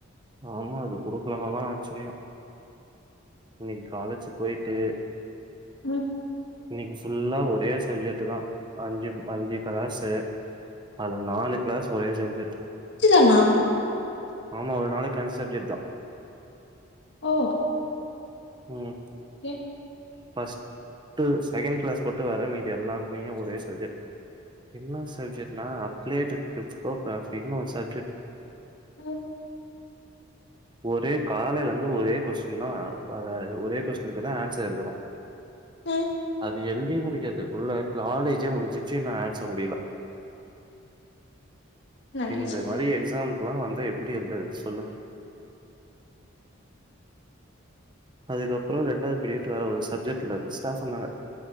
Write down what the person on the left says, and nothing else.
உம்
ஞ்சு தானா
ஓ
<unintelligible>
உம்
உம்
நல்லது